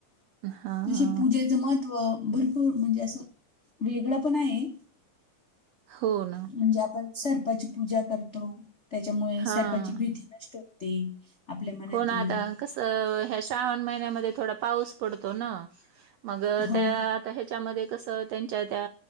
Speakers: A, on the right (about 85°); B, on the left (about 70°).
A: हां.
B: तशी पूजेच मज भरपूर म्हणजे असं वेगळं पण आहे.
A: हो ना.
B: म्हणजे आपण सर्पाची पूजा करतो. त्याच्यामुळे
A: हां.
B: सर्पाची भीती नष्ट होते. आपल्या मनात
A: हो ना
B: येईल
A: आता कसं ह्या श्रावण महिन्यामध्ये थोडा पाऊस पडतो ना मग
B: हो
A: त्या आता ह्याच्यामध्ये कसं त्यांच्या त्या